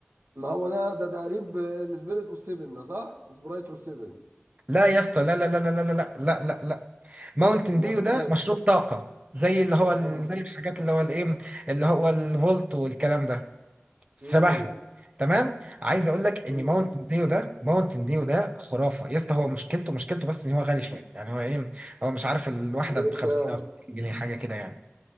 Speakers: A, on the right; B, on the right.
A: ما هو ده ده تقريب السبيريت والسيفن ده صح سبرايت والسيفن
B: لا يا اسطى لا لا لا لا لا لا لا لا لا ماونتن
A: ما
B: ديو
A: اسمحلكش
B: ده مشروب طاقة زي اللي هو
A: اه
B: ال- زي الحاجات اللي هو الايه اللي هو الفولت والكلام ده شبهها
A: امم
B: تمام عايز اقول لك
A: امم
B: ان ماونتن ديو ده ماونتن ديو ده خرافه يا اسطى هو مشكلته مشكلته بس ان هو غالي شويه يعني هو ايه هو مش عارف الواحده
A: ليه
B: ب 50
A: كام
B: او 60 جنيه حاجه كده يعني